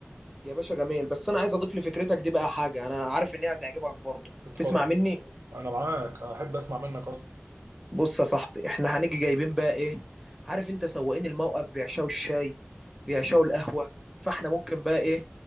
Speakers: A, in the centre; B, on the right.
A: يا باشا جميل بس انا عايز اضيف لفكرتك دي بقى حاجة انا عارف ان هي هتعجبك برضو
B: اتفضل
A: تسمع مني
B: انا معاك احب اسمع منك اصلا
A: بص يا صاحبي احنا هنيجي جايبين بقى ايه عارف انت سواقين الموقف بيعشوا الشاي بيعشوا القهوة فاحنا ممكن بقى ايه